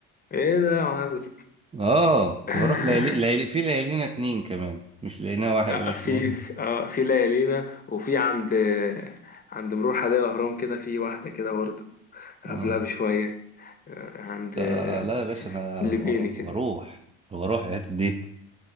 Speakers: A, on the left; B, on the right.
A: ايه ده يا معلم
B: اه كنت
A: <laughs>
B: بروح ليالي ليالي في ليالينا اتنين كمان مش ليالينا واحد
A: آه،
B: مش
A: في
B: ليالينا
A: في آه، في ليالينا وفي عند آه، عند مرور حدائق الأهرام كده في واحدة كده برضه
B: <laughs>
A: قبلها
B: آه.
A: بشوية آه، عند
B: آه
A: آه،
B: لا يا باشا انا
A: الليبيني
B: و-
A: كده
B: بروح بروح الحتت دي